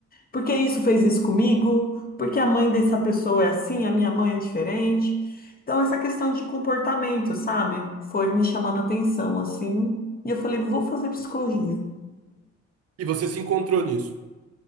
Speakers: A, on the left; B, on the right.
A: Por que isso fez isso comigo? Por que a mãe dessa pessoa é assim? A minha mãe é diferente? Então, essa questão de comportamento, sabe? Foi me chamando a atenção, assim. E eu falei, vou fazer psicologia.
B: E você se encontrou nisso?